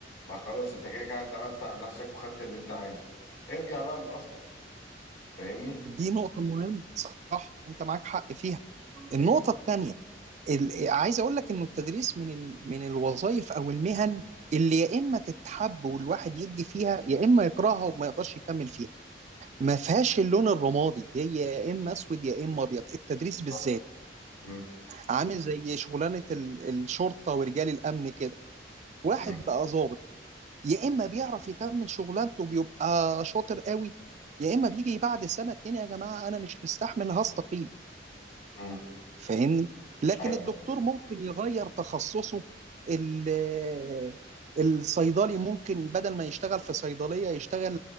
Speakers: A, on the left; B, on the right.
A: ما خلاص انت كده كده اعتمدت على نفسك وخدت اللي انت عايزه ارجع بقى لاصلك فاهمني
B: دي نقطه مهمه صح انت معاك حق فيها
A: مم،
B: النقطه الثانيه ال... عايز اقول لك انه التدريس من ال... من الوظائف او المهن اللي يا اما تتحب والواحد يدي فيها يا اما يكرهها وما يقدرش يكمل فيها ما فيهاش اللون الرمادي هي يا اما اسود يا اما ابيض التدريس بالذات
A: صح. مم،
B: عامل زي شغلانه ال- الشرطه ورجال الامن كده واحد
A: مم،
B: بقى ظابط يا اما بيعرف يكمل شغلانته بيبقى شاطر قوي يا اما بيجي بعد سنه اتنين يا جماعه انا مش مستحمل هستقيل
A: مم.
B: فاهمني لكن
A: ايوه
B: الدكتور ممكن يغير تخصصه ال- الصيدلي ممكن بدل ما يشتغل في صيدليه يشتغل